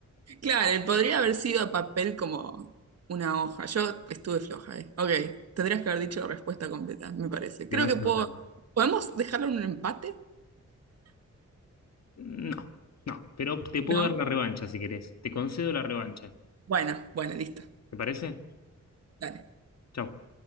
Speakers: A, on the right; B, on the left.
A: Claro, él podría haber sido papel como una hoja. Yo estuve floja, eh. Ok, tendrías que haber dicho la respuesta completa, me parece.
B: Demasiado
A: Creo que puedo...
B: tarde.
A: ¿Podemos dejarlo en un empate?
B: No, no. Pero te puedo
A: ¿No?
B: dar la revancha si querés. Te concedo la revancha.
A: Bueno, bueno, listo.
B: ¿Te parece?
A: Dale.
B: Chau.